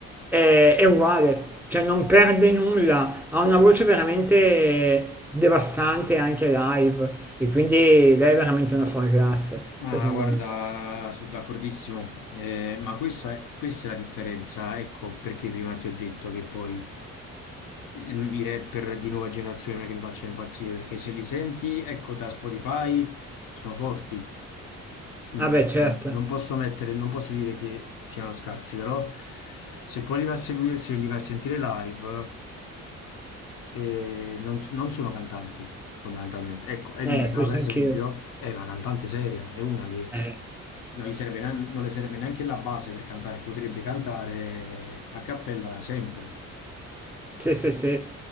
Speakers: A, in the centre; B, on the left.
A: è, è uguale, cioè non perde nulla, ha una voce veramente devastante anche live e quindi lei è veramente una fuori classe,
B: ma
A: secondo
B: guarda,
A: me.
B: sono d'accordissimo, Eh, ma questa è, questa è la differenza, ecco perché prima ti ho detto che poi mm, i rapper di nuova generazione non è che mi faccia impazzire, perché se li senti, ecco, da Spotify sono forti. Mm,
A: Vabbè, certo,
B: Non posso mettere, non posso dire che siano scarsi, però se poi li vai a seguire, se li vai a sentire live, eh, non, non sono cantanti fondamentalmente. Ecco, Elisa,
A: eh, penso
B: per esempio,
A: anch'io.
B: è una cantante seria, è una che
A: Eh.
B: non gli serve nean- non le serve neanche la base per cantare, potrebbe cantare a cappella sempre.
A: Sì, sì, sì.